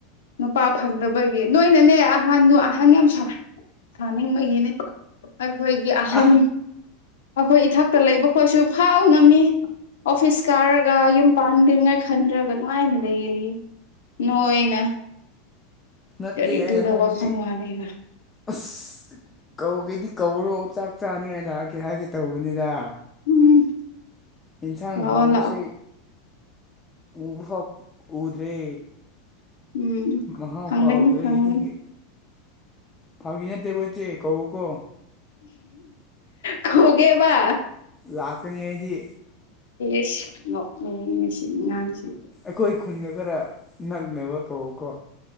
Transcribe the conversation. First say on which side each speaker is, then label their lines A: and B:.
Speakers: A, on the left (about 85°); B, on the left (about 20°).
A: ꯅꯨꯄꯥ ꯐꯪꯗꯕꯒꯤ ꯅꯣꯏꯅꯅꯦ ꯑꯍꯟꯗꯣ ꯑꯍꯟ ꯌꯥꯝ ꯁꯥ ꯁꯥꯅꯤꯡꯕꯒꯤꯅꯦ ꯑꯈꯣꯏꯗꯤ ꯑꯍꯟ
B: ꯑꯥ
A: ꯑꯈꯣꯏ ꯏꯊꯛꯇ ꯂꯩꯕ ꯈꯣꯏꯁꯨ ꯐꯥꯎ ꯅꯝꯃꯤ ꯑꯣꯐꯤꯁ ꯀꯥꯔꯒ ꯌꯨꯝ ꯄꯥꯟꯗ꯭ꯔꯤꯉꯥꯏ ꯈꯟꯗ꯭ꯔꯒ ꯅꯨꯡꯉꯥꯏꯅ ꯂꯩꯔꯤ ꯅꯣꯏꯅ
B: ꯅꯠꯇꯦ
A: ꯀꯔꯤꯗꯨꯗ
B: ꯑꯩ ꯍꯥꯏꯕꯗꯤ
A: ꯋꯥꯈꯜ ꯋꯥꯕꯤꯕ
B: ꯑꯁ ꯀꯧꯒꯦꯗꯤ ꯀꯧꯔꯣ ꯆꯥꯛ ꯆꯥꯅꯤꯉꯥꯏ ꯂꯥꯛꯑꯒꯦ ꯍꯥꯏꯒꯦ ꯇꯧꯕꯅꯤꯗ
A: ꯎꯝ
B: ꯏꯟꯁꯥꯡ
A: ꯂꯥꯛꯑꯣ
B: ꯍꯥꯎꯕꯁꯦ
A: ꯂꯥꯛꯑꯣ
B: ꯎꯕ ꯐꯥꯎ ꯎꯗ꯭ꯔꯦ
A: ꯎꯝ
B: ꯃꯍꯥꯎ
A: ꯐꯪꯒꯅꯤ
B: ꯀꯥꯎꯥꯈ꯭ꯔꯦ
A: ꯐꯪꯒꯅꯤ
B: ꯑꯗꯨꯒꯤ ꯐꯥꯒꯤꯅꯠꯇꯦꯀꯣ ꯏꯆꯦ ꯀꯧꯔꯛꯎꯀꯣ
A: ꯀꯧꯒꯦꯕ
B: ꯂꯥꯛꯀꯅꯤ ꯑꯩꯗꯤ
A: ꯢꯁ ꯅꯣꯛꯅꯤꯡꯉꯦ ꯁꯤ ꯑꯉꯥꯡꯁꯤ
B: ꯑꯈꯣꯏ ꯈꯨꯟꯒ ꯈꯔ ꯅꯛꯅꯕ ꯀꯧꯑꯣꯀꯣ